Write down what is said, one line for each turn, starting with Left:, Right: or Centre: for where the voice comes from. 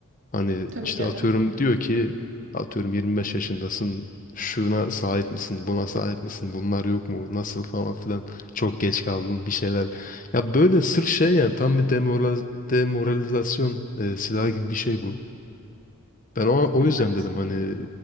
Left: Hani
Right: Tabii
Left: işte
Right: canım.
Left: atıyorum diyor ki atıyorum 25 yaşındasın şuna sahip misin buna sahip misin bunlar yok mu nasıl falan filan çok geç kaldın bir şeyler. Ya böyle sırf şey yani tam bir demoral- demoralizasyon e, silahı gibi bir şey bu. Ben o, o
Right: Maalesef.
Left: yüzden dedim hani